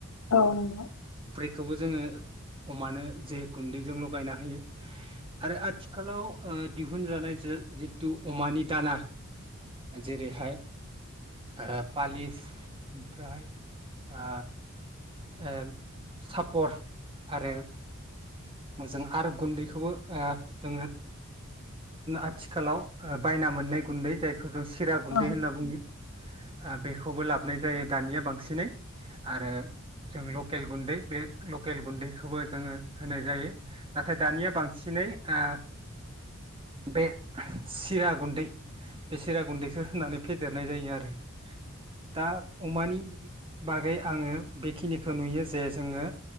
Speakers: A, on the left (about 85°); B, on the right (about 25°).
A: औ नोंथा
B: बेखौबो जोङो अमानो जे गुन्दैजों लगायना होयो आरो आथिखालाव ओ दिहुनजानाय जितु अमानि दाना जेरैहाय ओ पालिस ओमफ्राय ओ ओ सापर आरो जों आरो गुन्दैखौबो ओ जोङो आथिखालाव ओ बायना मोननाय गुन्दै जाय खौ जों सिरा गुन्दै
A: औ
B: होनना बुङो ओ बेखौबो लाबोनाय जायो दानिया बांसिनै आरो जों लक केल गुन्दै बे लकेल गुन्दैखौबो जोङो होनाय जायो नाथाय दानिया बांसिनै ओ बे सिरा गुन्दै बे सिरा गुन्दैखो होनानै फेद देरनाय जायो आरो दा अमानि बागै आङो बेखिनिखौ नुयो जे जोङो